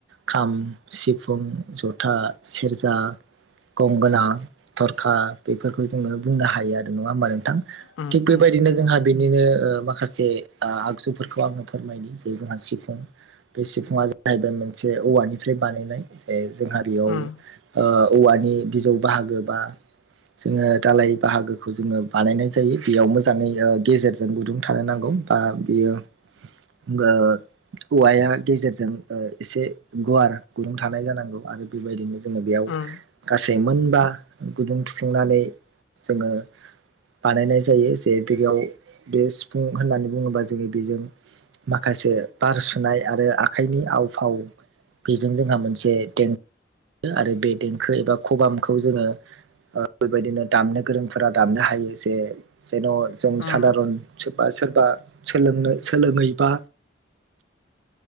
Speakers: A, on the right; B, on the left.
A: खाम, सिफुं, जथा, सेरजा गंगोना, थरखा बेफोरखौ जोङो बुंनो हायो आरो, नङा होमबा नोंथां?
B: उम
A: थिग बेबायदि
B: उम
A: नो
B: उम
A: जोंहा बेनिनो ओ माखासे ओ आगजुफोरखौ आङो फोरमायनि जे जोंहा सिफुं बे सिफुंङा जाहैबाय मोनसे औवानिफ्राय बानायनाय जे जोंहा बेयाव
B: उम
A: ओ औवानि बिजौ बाहागो बा जोङो दालाय बाहागोखौ जोङो बानायनाय जायो। बेयाव मोजाङै गेजेरजों ओ गुदुं थानो नांगौ। बा बियो गो औवाया गेजेरजों ओ एसे गुवार गुदुं थानाय जानांगौ आरो बेबायदिनो जोङो बेयाव
B: उम
A: गासै मोनबा गुदुं थुफ्लुंनानै जोङो बानायनाय जायो जे बेयाव बे सिफुं होननानै बुङोबा जोङो बेजों माखासे बार सुनाय आरो आखाइनि आव फाव बेजों जोंहा मोनसे देंखो आरो बे देंखो एबा खबामखौ जोङो ओ बेबायदिनो दामनो गोरोंफोरा दामनो हायो जे जेन' जों
B: उम
A: सादारन सोरबा सोरबा सोलोंनो सोलोङैबा